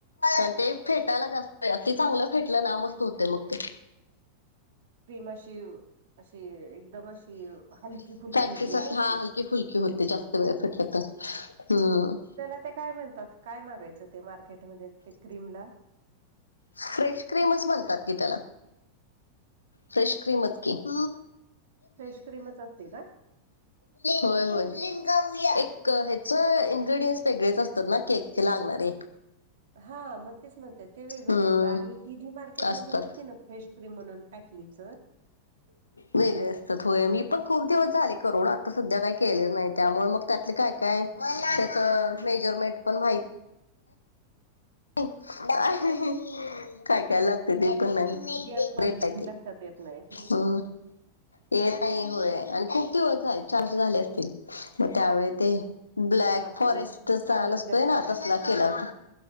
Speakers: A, on the left; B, on the right.
A: आणि ते फेटायला जास्तग चांगलं फेटलं ना मस्त होते मग ते.
B: ती मशी अशी एकदम अशी हलकी.
A: साट
B: फुलकी होती
A: सा
B: ना अशी
A: हा हलके फुलकीे होते जास्त वेळ फट तर हम्
B: त्याला ते काय म्हणतात काय मागायचं ते मार्केटमध्ये ते क्रीम ला.
A: फ्रेश क्रीमच म्हणतात की त्याला फ्रेश क्रिम कि <inaudible>
B: फ्रेश क्रीमच असते का
A: होय होय एक ह्याच इन्ग्रेडियंट्स वेगळेच असतात ना केकचे लागणारे-
B: हा मग तेच म्हणतात ते वेगळंच
A: हम्म
B: असतं आणि हि जी मार्केटमध्ये
A: असतात
B: मिळती ना फेश क्रीम म्हणून पॅकिंगचं
A: वेगळे असतात होय मी पण खुप दिवस झाले करून आता सध्या काही नाही त्यामुळे मग त्यात काय काय त्या मेजरमेंट पण माहित <inaudible> काय काय लागते ते पण नाही
B: गॅप पडलं
A: रेप
B: की लक्षात येत नाही.
A: ह येत नाही होय आणि खूप दिवस झाले चारशे झाले असतील मग त्यावेळी ते ब्लॅक
B: बापरे
A: फॉरेस्ट
B: चांगलाच
A: ण असतोय
B: गॅप
A: ना
B: पडलाय.
A: तसला केला होता.